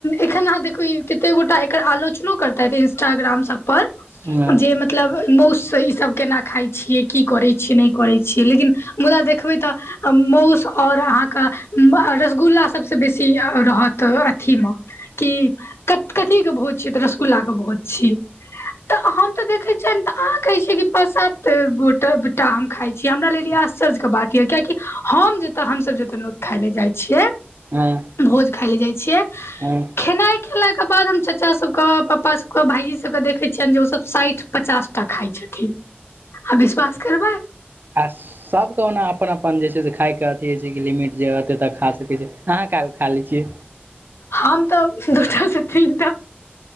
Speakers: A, on the left; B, on the right.
A: एखन अहाँ देखबे कते गोटा एकर आलोचनो करतैथ इंस्टाग्राम सब पर
B: हँ
A: जे मतब मतलब माउस इसब केना खाइ छियै की करै छियै नय करै छियै लेकिन मुदा देखबै तऽ मउस आओर अहाँके रसगुल्ला सब तऽ बेसी रहत अथी मे कि कत कथी के भोज छियै तऽ रसगुल्ला के भोज छियै तऽ हम तऽ देखै छियनि तऽ आ कहै छै कि पाँच सात गोटा हम खाइ छियै हमरा लागेय आश्चर्य के बात यऽ कियाकि हम तऽ हमसब जतऽ नौत खाय ले जाइ छियै।
B: हाँ
A: भोज खाइ लाए जाइ छियै
B: हुँ
A: खेनाइ खेलाके बाद हम चचा सबके पापा सबके भाइजी सबके देखै छियनि जे ओसभ साठि पचासटा खाइ छथि आब विश्वास करबै
B: आस सभके ओना अपन अपन जे छै से खायके अथी होइ छै कि लिमिट जे एते तक खा सकै छै अहाँ कैगो खा लै छियै
A: हम तऽ दूटा से तीन टा